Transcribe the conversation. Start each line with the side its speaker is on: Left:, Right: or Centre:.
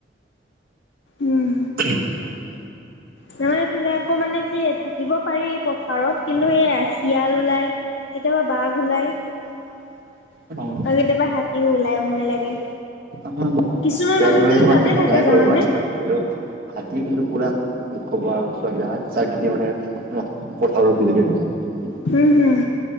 Left: উম
Right: উ <unintelligible>
Left: আমাৰ এইফিলে আকৌ মানে কি থাকিব পাৰি পথাৰত কিন্তু এই শিয়াল ওলায়, কেতিয়াবা বাঘ ওলায়। আৰু
Right: অ'
Left: কেতিয়াবা হাতীও ওলাই ভয় লাগে।
Right: আমাৰ ইয়াত
Left: কিছুমান মানুহ
Right: শিয়াল
Left: কিন্তু
Right: চিয়াল
Left: তাতে
Right: তেনেকে
Left: থাকে
Right: নাই
Left: জানানে
Right: বাৰু বাঘ চাঘ হাতী কিন্তু পোৰা কি কবা আৰু আগ চাগ দি মানে পথাৰত ৰখি থাকে।
Left: হুম হুম।